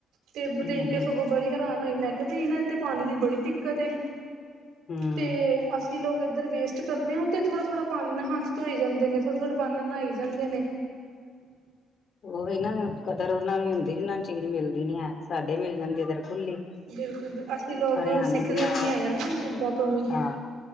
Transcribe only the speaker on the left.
ਹੂੰ
ਹੂੰ
ਹੂੰ
ਓਹੀ ਨਾ ਕਦਰ ਓਨਾ ਨੂੰ ਹੁੰਦੀ ਜਿੰਨਾਂ ਚੀਜ ਮਿਲਦੀ ਨੀ ਹੈ। ਸਾਡੇ ਮਿਲ ਜਾਂਦੀ ਏਧਰ ਖੁੱਲੀ
ਹਰਿਆਣੇ
ਪੰਜਾਬ
ਵੱਲ
ਹਾਂ,